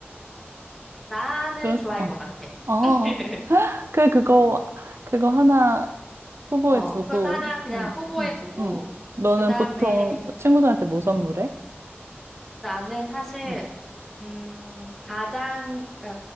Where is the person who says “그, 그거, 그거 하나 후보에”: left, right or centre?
Right